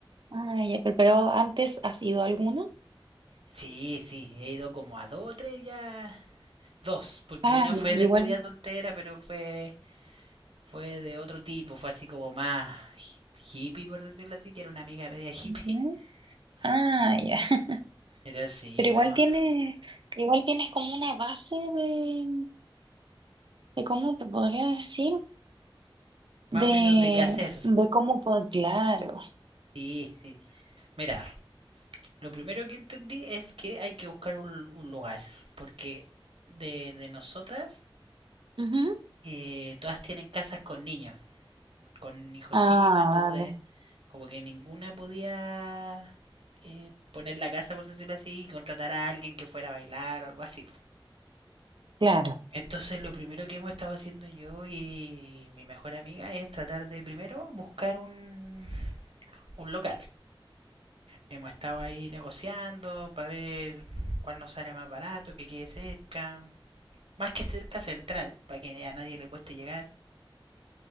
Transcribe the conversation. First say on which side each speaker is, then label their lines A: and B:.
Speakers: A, on the right; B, on the right.
A: ah, ya, pero, pero antes has ido a alguna.
B: Sí, sí, he ido como a dos o tres ya. Dos, porque
A: Ah,
B: una
A: ya,
B: fue
A: igual.
B: despedida soltera, pero fue, fue de otro tipo, fue así como más hi- hippie, por decirlo así, que era una amiga media hippie.
A: ya.
B: <laughs>
A: Ah, ya.
B: Pero sí,
A: Pero igual
B: no,
A: tienes, igual tienes como una base de, de cómo te podría decir,
B: más
A: de,
B: o menos de qué hacer,
A: de cómo puedo, claro.
B: Sí, sí. Mira, lo primero que entendí es que hay que buscar un, un lugar, porque de, de nosotras
A: Ujú.
B: eh, todas tienen casas con niños, con hijos
A: Ah,
B: chicos, entonces
A: vale,
B: como que ninguna podía eh, poner la casa, por decirlo así, y contratar a alguien que fuera a bailar o algo así. po.
A: claro.
B: Entonces lo primero que hemos estado haciendo yo y mi mejor amiga es tratar de primero buscar un, un local. Hemos estado ahí negociando para ver cuál nos sale más barato, que quede cerca. Más que cerca central, para que a nadie le cueste llegar.